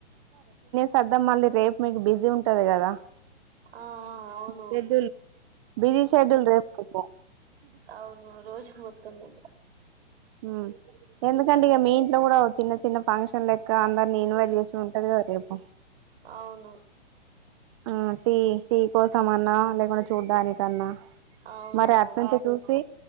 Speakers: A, on the right; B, on the right.
A: సద్దాం మళ్ళీ రేపు మీకు బిజీ ఉంటది కదా.
B: ఆ ఆ అవును
A: షేడ్యూల్ బిజీ షెడ్యూల్ రేప్ <unintelligible> పో
B: అవును రోజు మొత్తం మీద
A: హ్మ్ ఎందుకంటే ఇక మీ ఇంట్లో కూడ చిన్న చిన్న ఫంక్షన్ టన్ లెక్క అందరు నీ ఇన్వైట్ చేసి ఉంటది కదా రేపు
B: అవును
A: ఆ టీ టీ కోసం అన్నా లేకుండా చూడ్డానికన్నా
B: అవును
A: మరి
B: అవును
A: అటు నుంచే చూసి